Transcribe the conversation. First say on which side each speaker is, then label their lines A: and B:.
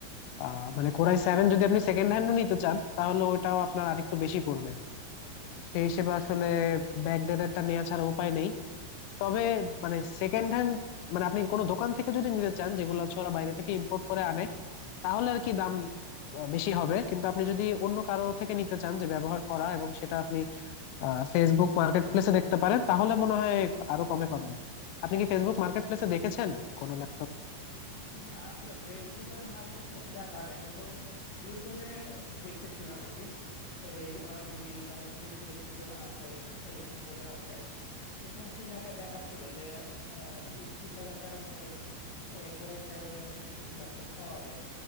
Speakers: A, on the left (about 85°); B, on the left (about 65°).
A: আহ মানে কোরাই সেভেন যদি আপনি সেকেন্ড হ্যান্ডও নিতে চান তাহলে ওটাও আপনার আরেকটু বেশি পড়বে সেই হিসেবে আসলে ব্যাকডেটেডটা নেওয়া ছাড়া উপায় নেই তবে মানে সেকেন্ড হ্যান্ড মানে আপনি কোনো দোকান থেকে যদি নিতে চান যেগুলো হচ্ছে ওরা বাইরে থেকে ইম্পোর্ট করে আনে তাহলে আর কি দাম আহ, বেশি হবে কিন্তু আপনি যদি অন্য কারো থেকে নিতে চান যে ব্যবহার করা এবং সেটা আপনি ফেসবুক মার্কেট প্লেসে দেখতে পারেন তাহলে মনে হয় আরো কমে পাবেন আপনি কি ফেসবুক মার্কেট প্লেসে দেখেছেন কোনো ল্যাপটপ
B: না আসলে ফেসবুকের মার্কেট প্লেসে দেখা হয় নাই কিন্তু ইউটিউবে দেখতেছিলাম আর কি এই অনেকগুলি যেমন মিরপুরে কিছু দোকান আছে এলিফ্যান্ট রোডে আছে এই সমস্ত জায়গায় দেখাচ্ছিল যে আহ, বিশ ত্রিশ হাজার টাকার মধ্যে কোরাই সেভেন এর কিছু কিছু ল্যাপটপ পাওয়া যায়